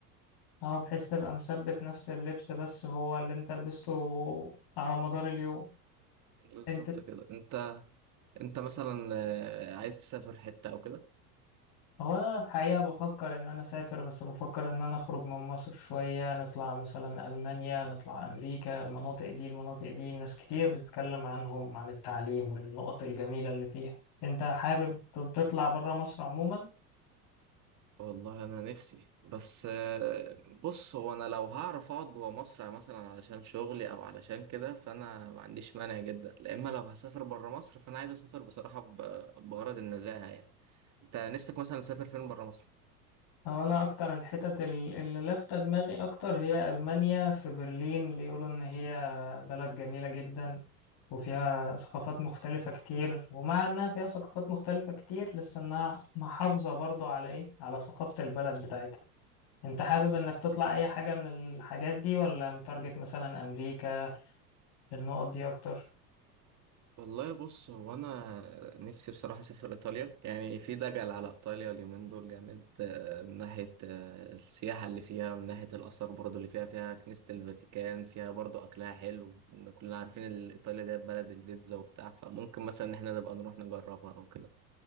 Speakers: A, on the left (about 50°); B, on the right (about 35°).
A: اه بحيث تبقى مثبت نفس اللبس بس هو اللي انت لبسته على مدار اليوم
B: بالظبط
A: انت
B: كده انت انت مثلا آه، عايز تسافر حته او كده
A: هو انا الحقيقة بفكر ان انا اسافر بس بفكر ان انا اخرج من مصر شوية نطلع مثلا المانيا نطلع امريكا المناطق دي المناطق دي ناس كتير بتتكلم عنهم عن التعليم والنقط الجميلة اللي فيها انت حابب ت- تطلع برا مصر عموما
B: والله انا نفسي بس آه، بص هو انا لو هعرف اقعد جوه مصر مثلا علشان شغلي او علشان كده فانا ما عنديش مانع جدا لا اما لو هسافر بره مصر فانا عايز اسافر بصراحه ب- بغرض النزاهه يعني انت نفسك مثلا تسافر فين بره مصر
A: هو انا اكتر الحتت ال- اللي لافتة دماغي اكتر هي المانيا في برلين بيقولوا ان هي بلد جميلة جدا وفيها ثقافات مختلفة كتير ومع إنها فيها ثقافات مختلفة كتير لسه إنها محافظة برضو على إيه؟ على ثقافة البلد بتاعتها أنت حابب إنك تطلع أي حاجة من الحاجات دي ولا متارجت مثلا أمريكا النقط دي أكتر؟
B: والله بص هو انا نفسي بصراحه اسافر ايطاليا يعني في دجل على ايطاليا اليومين دول جامد آه، من ناحيه آه، السياحه اللي فيها من ناحيه الاثار برضو اللي فيها فيها كنيسه الفاتيكان فيها برضو اكلها حلو إن كلنا عارفين ال- ايطاليا دي بلد البيتزا وبتاع فممكن مثلا ان احنا نبقى نروح نجربها او كده